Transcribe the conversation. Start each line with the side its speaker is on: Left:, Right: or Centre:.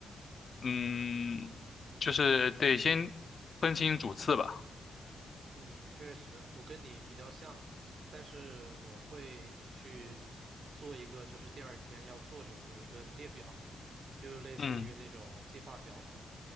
Left: 嗯，就是得先分清主次吧。
Right: 嗯，确实，我跟你比较像，但是我会去做一个就是第二天要做什么的一个列表，就类似于那种计划表嘛。
Left: 嗯